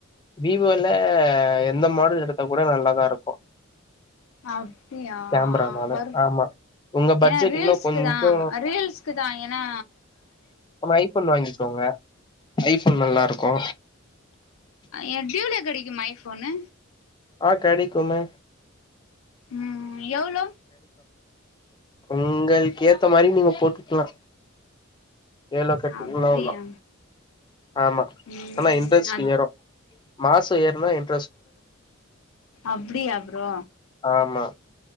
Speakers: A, on the left; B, on the left.
A: வீவோல அ எந்த மாடல் எடுத்தா கூட நல்லா தா இருக்
B: அப்டியா
A: கேமரானால
B: வரு
A: ஆமா உங்க பட்ஜெட்
B: ஏனா ரீல்ஸ்கு
A: இன்னு கொஞ்சோ
B: தா அ ரீல்ஸ்கு தா ஏனா
A: ஆமா ஐஃபோன் வாங்கிக்கோங்க ஐஃபோன் நல்லாருக்கு
B: எ டியூல கெடக்குமா ஐஃபோனு
A: ஆ கெடைக்குமே
B: ம் எவ்ளோ
A: உங்கள்கே த்த மாரி நீங்க போட்டுக்லா எவ்ளோ கட்டிக்கினு
B: அப்டியா
A: அவுள்தா ஆமா
B: ம்
A: ஆனா இன்ரஸ்ட்
B: அ
A: ஏறு மாச ஏறுனா இன்
B: அப்டியா ப்ரோ
A: ஆமா